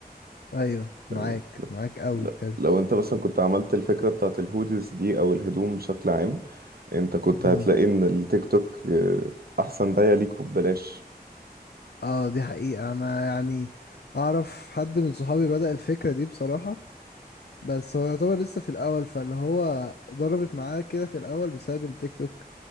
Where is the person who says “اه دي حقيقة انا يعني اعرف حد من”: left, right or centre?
Left